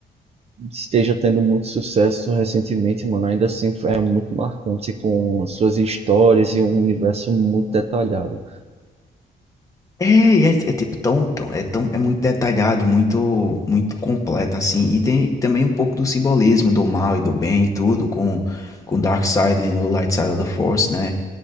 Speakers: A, on the right; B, on the left.
A: esteja tendo muito sucesso recentemente, mano, ainda assim é muito marcante com suas histórias e um universo muito detalhado.
B: É, e é, é tipo tão, tão, é tão, é muito detalhado, muito, muito completo assim. E tem também um pouco do simbolismo do mal e do bem e tudo com com Dark Side e o Light Side of the Force, né?